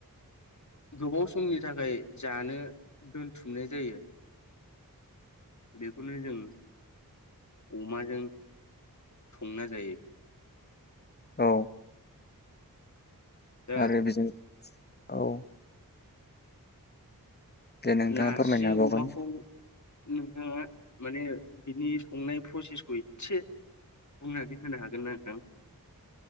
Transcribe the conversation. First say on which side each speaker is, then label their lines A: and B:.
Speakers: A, on the left (about 50°); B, on the left (about 30°).
A: गोबाव समनि थाखाय जानो दोन थुमनाय जायो बेखौनो जों अमाजों संना जायो।
B: औ
A: दा
B: आरो बिदिनो औ दे नोंथाङा
A: नारजि
B: फोरमायनो हाबावगोन
A: अमाखौ नोंथांङा माने बिनि संनाय प्रसेसखौ एसे बुंनानै होनो हागोन ना नोंथां